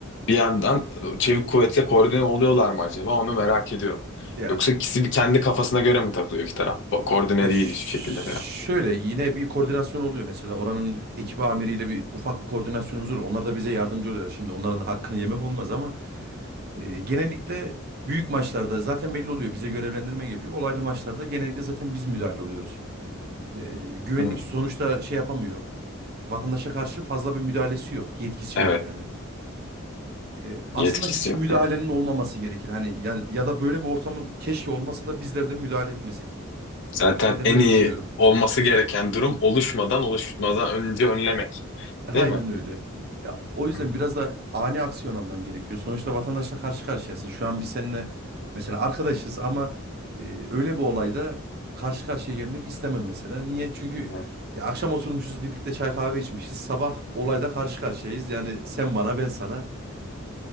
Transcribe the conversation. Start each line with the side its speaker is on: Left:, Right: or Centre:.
Left: Bir yandan e, çevik kuvvetle koordine oluyorlar mı acaba onu merak ediyorum.
Right: Ya
Left: Yoksa ikisi bir kendi kafasına göre mi takılıyor iki taraf? Bu Koordine
Right: Ya
Left: değil
Right: ş-
Left: hiçbir şekilde falan.
Right: şöyle yine bir koordinasyon oluyor mesela oranın ekip amiriyle bir ufak bir koordinasyonumuz olur. Onlar da bize yardımcı oluyorlar. Şimdi onların da hakkını yemek olmaz ama e, genellikle büyük maçlarda zaten belli oluyor. Bize görevlendirme geliyor. Olaylı maçlarda genellikle zaten biz müdahale oluyoruz. E, güvenlik
Left: Hı.
Right: sonuçta şey yapamıyor. E, Vatandaşa karşı fazla bir müdahalesi yok, yetkisi
Left: Evet.
Right: yok yani. E, aslında
Left: Yetkisi
Right: hiç
Left: yok.
Right: müdahalenin
Left: değil mi?
Right: olmaması gerekir. Hani ya, ya da böyle bir ortamın keşke olmasa da bizler de müdahale etmesek.
Left: Zaten
Right: Ben de
Left: en
Right: böyle
Left: iyi
Right: düşünüyorum.
Left: olması gereken durum oluşmadan oluşmadan önce önlemek.
Right: Aynen
Left: Değil mi?
Right: öyle. Ya o yüzden
Left: Hı.
Right: biraz da ani aksiyon alman gerekiyor. Sonuçta vatandaşla karşı karşıyasın. Şu an biz seninle mesela arkadaşız ama e, öyle bir olayda karşı karşıya gelmek istemem mesela. Niye? Çünkü
Left: Evet.
Right: ya akşam oturmuşuz birlikte çay kahve içmişiz. Sabah olayda karşı karşıyayız. Yani sen bana ben sana.